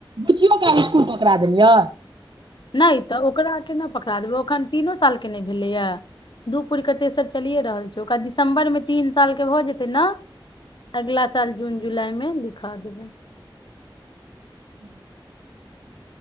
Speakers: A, on the right; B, on the left.
A: बुच्चियोके अहाँ स्कुल पकड़ा देलियै
B: नहि तऽ ओकरा केना पकड़ा देबै एखन तीनो सालके नहि भेलैए दू पुरि कऽ तेसर चलिए रहल छै ओकरा दिसम्बरमे तीन सालके भऽ जेतै न अगिला साल जून जून जुलाई मे लिखा देबैय
A: <inaudible>